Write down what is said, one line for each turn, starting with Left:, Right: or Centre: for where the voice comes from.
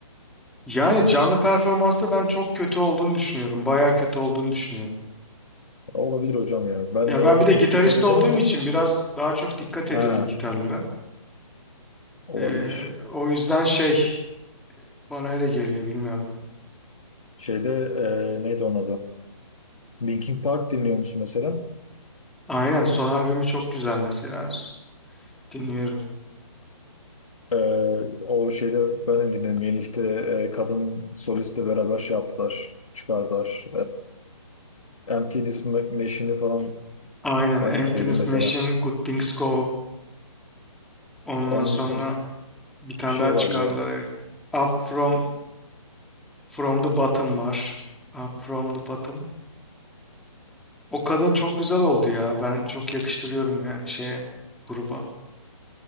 Centre: Yani canlı performansta ben çok kötü olduğunu düşünüyorum. Baya kötü olduğunu düşünüyorum.
Left: Olabilir hocam ya. Ben
Centre: Ya
Left: de
Centre: ben
Left: ona
Centre: bir de
Left: çok
Centre: gitarist
Left: dikkat edemedim
Centre: olduğum
Left: ama.
Centre: için biraz daha çok dikkat ediyorum
Left: Ha,
Centre: gitarlara.
Left: olabilir.
Centre: Ee, o yüzden şey bana öyle geliyor bilmiyorum.
Left: Şeyde e, neydi onun adı? Linkin Park dinliyor musun mesela?
Centre: Aynen son albümü çok güzel mesela. Dinliyorum.
Left: E, o şeyde ben de dinledim. Yeni işte e, kadın solistle beraber şey yaptılar. Çıkardılar. E, Empty List Ma- Machine'i falan
Centre: Aynen.
Left: ben
Centre: Emptiness
Left: de sevdim mesela.
Centre: Machine, Good Things Go. Ondan
Left: Onun
Centre: sonra
Left: dışında bir,
Centre: bir tane
Left: bir şey
Centre: daha çıkardılar
Left: vardı ya.
Centre: evet. Up From From the Bottom var. Up From the Bottom. O kadın çok güzel oldu ya. Ben çok yakıştırıyorum yani şeye gruba.